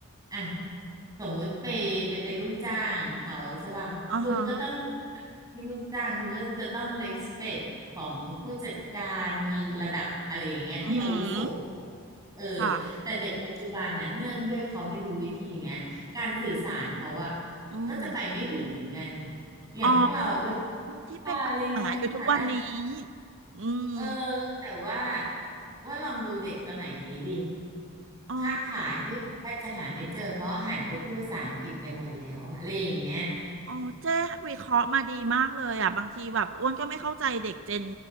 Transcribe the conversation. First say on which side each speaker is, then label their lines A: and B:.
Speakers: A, on the right; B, on the right.
A: อ่ะสมมุติไปไปเป็นลูกจ้างเขาใช่ป่ะคุณก็ต้อง
B: อ่าฮะ
A: ที่ลูกจ้างคุณก็จะต้องเล p สเปคของผู้จัดการระดับอะไรอย่างเงี้ยที่อาวุโส
B: อือหือ
A: เออ
B: ค่ะ
A: แต่เด็กปัจจุบันน่ะเนื่องด้วยเขาไม่รู้วิธีเนี้ยการสื่อสารเขาอ่ะ
B: อืม
A: ก็จะไปไม่ถึงเหมือนกันอย่างพวกเราโอ๊ย
B: อ๋อที่เป็นปัญหาอยู่ทุกวันนี้
A: ค่ะอะไรอย่างเงี้ยค่ะได้
B: อืม
A: เออแต่ว่าว่าลองดูเด็กสมัยนี้ดิ
B: อ๋อ
A: ค้าขายนี่แทบจะหาไม่เจอเพราะหันไปพูดภาษาอังกฤษกันหมดแล้วอะไรอย่างเงี้ย
B: อ๋อเจ๊วิเคราะห์มาดีมากเลยอ่ะบางทีแบบอ้วนก็ไม่เข้าใจเด็กเจน